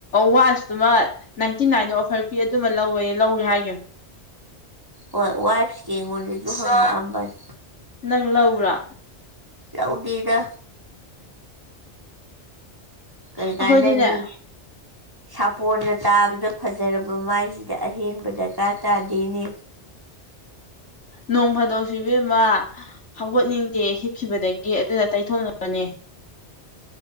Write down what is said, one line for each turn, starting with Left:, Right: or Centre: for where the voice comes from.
Left: ꯋꯥꯟꯁꯇꯨꯃ ꯅꯥꯏꯟꯇꯤ ꯅꯥꯏꯟꯗ ꯑꯣꯐꯔ ꯄꯤ ꯑꯗꯨꯃ ꯂꯧꯋꯦ ꯂꯧꯒꯦ ꯍꯥꯏꯒꯦ
Right: ꯍꯣꯏ ꯋꯥꯏꯐꯁꯀꯤ ꯑꯩꯉꯣꯟꯗꯁꯨ ꯍꯪꯉꯛꯑꯝꯕꯅꯦ
Left: ꯅꯪ ꯂꯧꯕ꯭ꯔꯥ
Right: ꯌꯥꯎꯗꯒ ꯀꯩꯀꯥꯟꯅ
Left: ꯑꯩꯈꯣꯏꯗꯤꯅꯦ
Right: ꯅꯅꯤ ꯁꯥꯄꯣꯟꯅ ꯇꯥꯕꯗ ꯐꯖꯔꯕ ꯃꯥꯏꯁꯤꯗ ꯑꯍꯦꯟꯕ ꯗꯔꯀꯥꯔ ꯇꯥꯗꯦꯅꯦ
Left: ꯅꯣꯡ ꯐꯥꯗꯣꯛ ꯐꯤꯕꯦꯝꯃ ꯍꯧꯒꯠꯅꯤꯡꯗꯦ ꯍꯤꯛꯈꯤꯕꯗꯒꯤ ꯑꯗꯨꯅ ꯇꯩꯊꯣꯛꯅꯕꯅꯦ